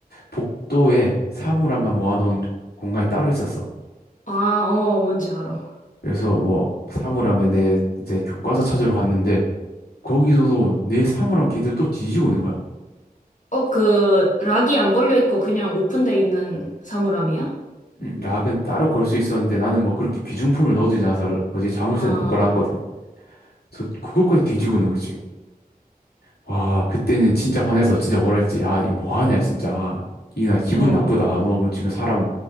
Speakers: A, on the left (about 85°); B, on the left (about 50°).
A: 복도에 사물함만 모아놓은 공간이 따로 있었어.
B: 아, 어, 뭔지 알아.
A: 그래서 뭐 사물함에 내 이제 교과서 찾으러 갔는데 거기서도 내 사물함 걔들 또 뒤지고 있는 거야.
B: 어, 그, 락이 안 걸려 있고 그냥 오픈돼 있는 사물함이야?
A: 음, 락은 따로 걸 수 있었는데 나는 뭐 그렇게 귀중품을 넣어두지 않아서 뭐지 자물쇠는
B: 아,
A: 안 걸어놨거든. 그래서 그것까지 뒤지고 있는 거지. 와, 그때는 진짜 화내서 진짜 뭐라 했지? 야, 이 뭐 하냐, 진짜. 이나 기분
B: 어,
A: 나쁘다. 너 뭐 지금 사람,